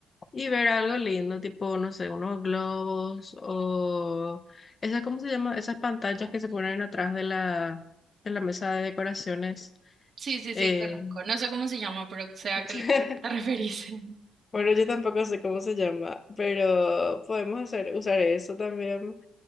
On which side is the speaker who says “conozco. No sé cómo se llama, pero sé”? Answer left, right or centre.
Right